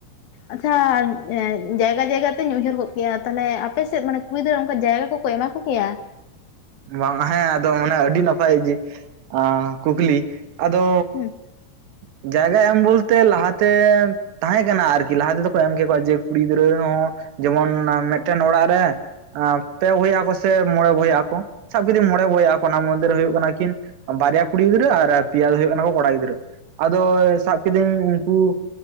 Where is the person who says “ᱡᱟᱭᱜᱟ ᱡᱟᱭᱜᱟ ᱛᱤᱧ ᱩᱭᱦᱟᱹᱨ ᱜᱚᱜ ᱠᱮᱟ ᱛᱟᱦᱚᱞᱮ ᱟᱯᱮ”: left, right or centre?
Left